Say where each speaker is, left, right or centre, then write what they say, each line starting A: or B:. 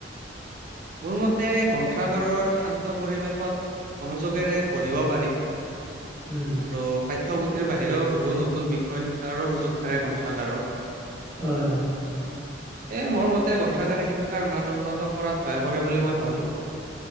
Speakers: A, on the right (about 45°); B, on the left (about 25°).
A: মোৰ মতে গ্ৰন্থাগাৰৰ শান্ত পৰিৱেশত মনোযোগেৰে পঢ়িব পাৰি।
B: উম।
A: আৰু পাঠ্যপুথিৰ বাহিৰেও বহুত নতুন বিষয় শিকাৰো সুযোগ থাকে গ্ৰন্থাগাৰত।
B: হয় হয়।
A: এ, মোৰ মতে গ্ৰন্থাগাৰে শিক্ষাৰ মান উন্নত কৰাত সহায় কৰে বুলি মই ভাবোঁ।